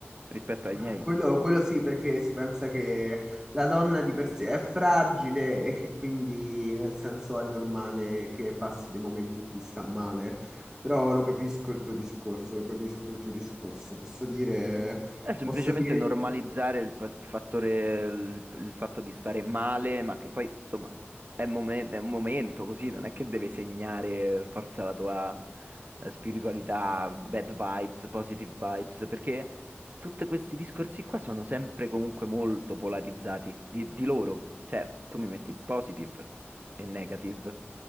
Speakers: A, on the right (about 45°); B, on the right (about 20°).
A: rispetto ai
B: Ah,
A: miei.
B: Quello, quello sì, perché si pensa che la donna di per sé è fragile e che quindi nel senso è normale che passi dei momenti in cui sta male. Però lo capisco il tuo discorso, lo capisco il tuo discorso. Posso dire,
A: È semplicemente
B: posso dire
A: normalizzare il, fa- il fattore, il, il fatto di stare male, ma che poi, insomma, è, momen- è un momento così, non è che deve segnare eh, forza la tua eh, spiritualità, bad vibes, positive vibes, perché tutti questi discorsi qua sono sempre comunque molto polarizzati di, di loro. Cioè, tu mi metti positive e negative